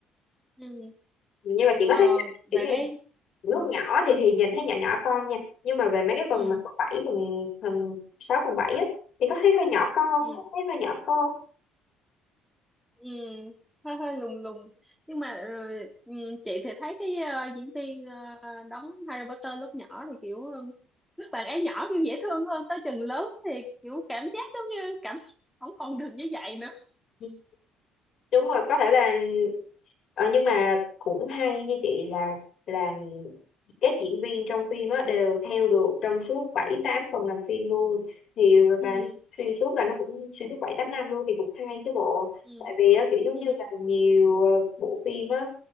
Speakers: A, in the centre; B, on the left.
A: ừ
B: nhưng mà chị
A: ờ,
B: có thấy
A: bạn
B: kiểu như
A: ấy
B: là lúc
A: ừ
B: nhỏ thì thì nhìn thấy nhỏ nhỏ con nha nhưng mà về mấy cái phần
A: ừ
B: mà phần bảy phần phần sáu phần bảy á thì có thấy hơi nhỏ con
A: ừ
B: có thấy hơi nhỏ con
A: ừ hơi hơi lùng lùng nhưng mà ờ, ừ, chị thì thấy cái ờ, diễn viên ờ, đóng Harry Potter lúc nhỏ thì kiểu ờ, lúc bạn ấy nhỏ kiểu dễ thương hơn tới chừng lớn thì kiểu cảm giác giống như cảm xúc không còn được như vậy nữa
B: Ừ, đúng rồi có thể là Ờ, nhưng mà cũng hay như chị là là các diễn viên trong phim á đều theo được trong suốt 7 8 phần làm phim luôn thì
A: ừ
B: và xuyên suốt là nó cũng xuyên suốt 7 8 năm luôn thì cũng hay chứ bộ
A: ừ
B: tại vì á, kiểu giống
A: ừ
B: như là nhiều ờ, bộ phim á